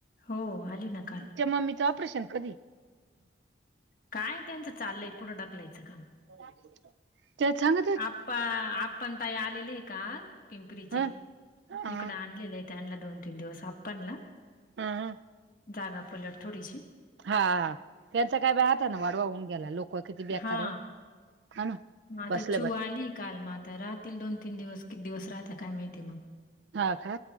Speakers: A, on the left; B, on the right.
A: हो आली ना काल.
B: च्या मम्मीचं ऑपरेशन कधीय?
A: काय त्यांचं चाललंय पुढं ढकलायचं काम.
B: <inaudible> त्या सांग
A: आप्पा आप्पा न ताई आलेलेये काल पिंपरीचे.
B: ह ह
A: इकडं आणलेलंये त्यांला दोन तीन दिवस आप्पांला.
B: हं हं.
A: जागा पलट थोडीशी.
B: हा. त्यांचा काय बाई हाताने वाढवा होऊन गेला. लोकं किती बेकरा
A: हा
B: व. हा ना.
A: मग आता
B: बस
A: चिऊ आलीये काल म. आता राहतील दोन तीन दिवस. किती दिवस राहता काय माहिती मग?
B: हा का?